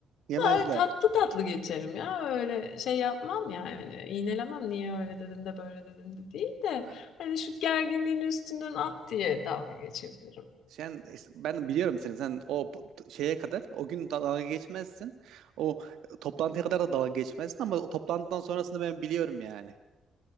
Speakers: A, on the right; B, on the left.
A: Yemezler.
B: Öyle tatlı tatlı geçerim ya. Öyle şey yapmam yani. İğnelemem niye öyle dedim de böyle dedim de değil de.
A: Ha,
B: Hani şu gerginliğin üstünden at diye dalga geçebilirim.
A: Sen ben biliyorum seni. Sen o bu- şeye kadar o gün da- dalga geçmezsin. O toplantıya kadar da dalga geçmezsin ama o toplantıdan sonrasını ben biliyorum yani.